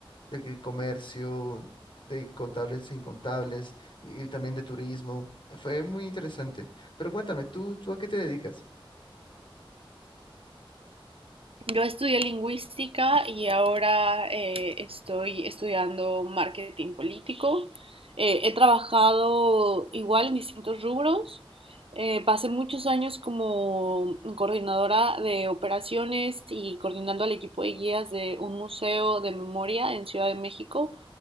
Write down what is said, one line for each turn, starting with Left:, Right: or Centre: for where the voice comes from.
Left: de que- comercio, de contables e incontables y, también de turismo. Fue muy interesante. Pero cuéntame, ¿tú, tú a qué te dedicas?
Right: Yo estudié lingüística y ahora eh, estoy estudiando marketing político. Eh, he trabajado igual en distintos rubros. Eh, pasé muchos años como coordinadora de operaciones y coordinando al equipo de guías de un museo de memoria en Ciudad de México.